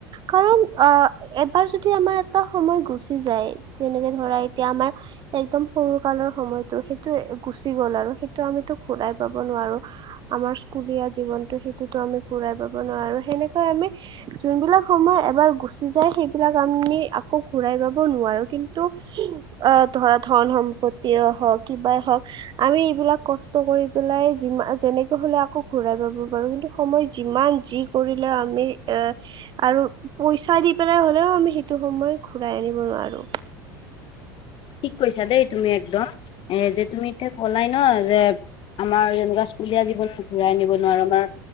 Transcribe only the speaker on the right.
কাৰণ অ এবাৰ যদি আমাৰ এটা সময় গুচি যায় যেনেকে ধৰা এতিয়া আমাৰ একদম সৰু কালৰ সময়তটো সেইটো গুচি গ'ল আৰু সেইটো আমি ঘূই পাব নোৱাৰো আমাৰ স্কুলীয়া জীৱনতটো আমি ঘুৰাই পাব নোৱাৰো সেনেকৈ আমি যোনবিলাক সময় এবাৰ গুচি যায় সেইবিলাক আমি আকৌ ঘুৰাই পাব নোৱাৰো কিন্তু আহ ধৰা ধন সম্পত্তি হওক কিবাই হওক আমি এইবিলাক কষ্ট কৰি পেলাই যি যেনেকে হলে আকৌ ঘূৰাই পাব পাৰো কিন্তু সময় যিমান যি কৰিলেও আমি এ আৰু পইচা দি পেলাই হলেও আমি সেইটো সময় ঘূৰাই আনিব নোৱাৰো